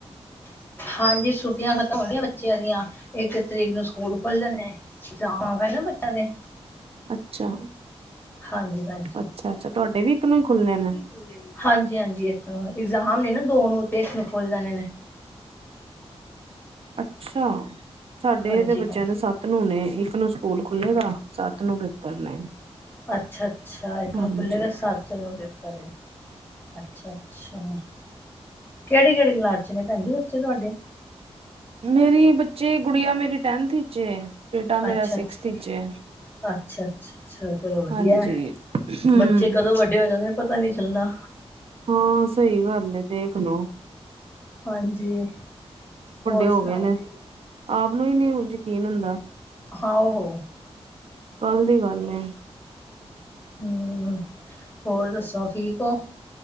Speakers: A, on the left (about 20°); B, on the right (about 65°).
A: ਹਾਂਜੀ ਛੁੱਟੀਆਂ ਖਤਮ ਹੋਗਿਆਂ ਬੱਚੇਆਂ ਦੀਆ, ਇੱਕ ਤਰੀਕ ਨੂੰ ਸਕੂਲ ਖੁਲ ਜਾਣੇ ਐਗਜ਼ਾਮ ਆ ਗਏ ਨਾ ਬੱਚੇਆਂ ਦੇ
B: ਅੱਛਾ।
A: ਹਾਂਜੀ - ਭੈਣਜੀ--ਹੇਗੇ
B: ਅੱਛਾ ਅੱਛਾ ਤੁਹਾਡੇ ਵੀ ਇੱਕ ਨੂੰ ਹੀ ਖੁੱਲਣੇ ਨੇ
A: ਫਰੀ। ਹਾਂਜੀ-ਹਾਂਜੀ ਇੱਕ ਨੂੰ, ਇਗਜ਼ਾਮ ਨੇ ਨਾ ਦੋ ਨੂੰ, ਤੇ ਇਕ ਨੂੰ ਖੁਲ ਜਾਣੇ ਨੇ
B: ਅੱਛਾ। ਸਾਡੇ
A: ਹਾਂਜੀ
B: ਏਦਰ ਬੱਚੇਆਂ
A: ਭੈਣ
B: ਦੇ ਸੱਤ ਨੂੰ ਹੋਨੇ, ਇੱਕ ਨੂੰ ਸਕੂਲ ਖੁੱਲੇਗਾ। ਸੱਤ ਨੂੰ ਪੇਪਰ ਨੇ
A: ਅੱਛਾ-ਅੱਛਾ ਇੱਕ
B: ਹਾਂਜੀ
A: ਨੂੰ ਖੁੱਲ੍ਹੇਗਾ, ਸੱਤ ਨੂੰ ਪੇਪਰ ਅੱਛਾ-ਅੱਛਾ। ਕੇਹੜੀ-ਕੇਹੜੀ ਕਲਾਸ ਚ ਨੇ ਭੈਣ ਜੀ ਬੱਚੇ ਤੁਹਾਡੇ
B: ਮੇਰੇ ਬੱਚੇ ਗੁੜੀਆਂ ਮੇਰੀ ਟੈਨਥ ਚ ਏ। ਬੇਟਾ ਮੇਰਾ
A: ਅੱਛਾ
B: ਸਿਕਸਥ
A: ਅੱਛਾ
B: ਚ ਏ
A: ਅੱਛਾ, ਅੱਛਾ-ਅੱਛਾ ਚਲੋ ਵਧੀਆ
B: ਹਾਂਜੀ ਹੂੰ
A: ਬੱਚੇ ਕਦੋਂ ਵੱਡੇ ਹੋ ਜਾਂਦੇ ਨੇ ਪਤਾ ਨਹੀਂ ਚੱਲਦਾ
B: ਹਾਂ, ਸਹੀ ਗੱਲ ਏ ਦੇਖ ਲਓ
A: ਹਾਂਜੀ। ਹੋਰ
B: ਹੋ
A: ਸੁਣਾਓ
B: ਗਏ ਨੇ
A: ਵੀ
B: ਆਪ ਨੂੰ ਹੀ ਨਹੀਂ, ਯਕੀਨ ਹੁੰਦਾ
A: ਆਹੌ
B: ਕੱਲ ਦੀ ਗੱਲ ਏ
A: ਹਮ ਹੋਰ ਦੱਸੋ ਠੀਕ ਹੋ,